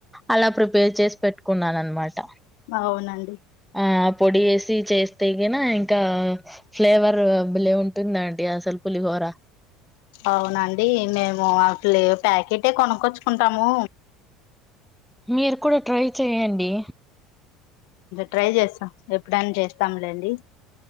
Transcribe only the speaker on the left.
అవునం
అవునండి మేము అట్లు ప్యాకెటే కొను కుంటాము
ట్రై చేస్తా ఎప్పుడైనా చేస్తాంలేండి